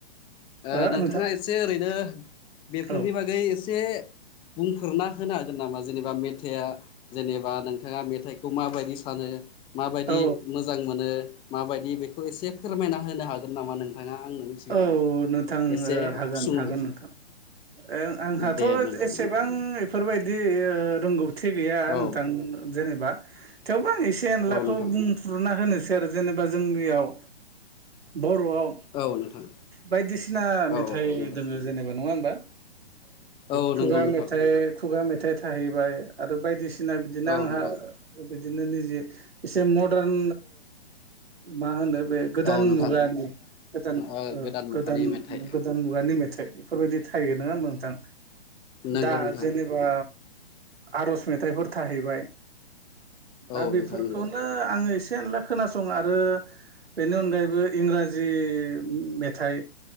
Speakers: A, on the left (about 15°); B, on the right (about 75°).
A: ओ
B: हो
A: नोंथाङा
B: नोंथां
A: एसे ओरैनो बेफोरनि
B: औ
A: बागै एसे बुंफोरना होनो हागोन नामा जेनेबा मेथाइआ जेनेबा नोंथाङा मेथाइखौ माबायदि सानो माबायदि
B: औ
A: मोजां मोनो माबायदि बेखौ एसे फोरमायना होनो हागोन नामा नों नोंथाङा आंनि सिगाङाव
B: औ नोंथां
A: एसे
B: ओ हागोन
A: सुंद
B: हागोन नोंथां। ओ आंहाथ'
A: दे नोंथां
B: एसेबां बेफोरबायदि ओ रोंगौथि गैया
A: औ
B: नोंथां जेनेबा थेवबो आं एसे एनलाखौ
A: औ नोंथां
B: बुंफ्रुरना होनोसै। जेनेबा जोंनियाव बर'वाव
A: औ नोंथां
B: बायदिसिना मेथाइ
A: औ नोंथां
B: दोङो जेनेबा नङा होमबा?
A: औ
B: खुगा
A: नंगौ नोंथां
B: मेथाइ खुगा मेथाइ थाहैबाय आरो बायदि सिना बिदिनो
A: औ
B: आंहा
A: नोंथां
B: बिदिनो निजे एसे मदारन मा होनो बे गोदान
A: औ नोंथां
B: मुगानि गोदान
A: ओ
B: गोदान
A: मुगानि मेथाइ
B: गोदान मुगानि मेथाइ बेफोरबायदि थायो नङा नोंथां
A: नंगौ
B: दा
A: नोंथां
B: जेनेबा आर'ज मेथाइफोर थाहैबाय दा
A: औ
B: बेफोरखौनो
A: नोंथां नंगौ
B: आङो एसे एनला खोनासं आरो बेनि अनगायैबो इंराजि मेथाइ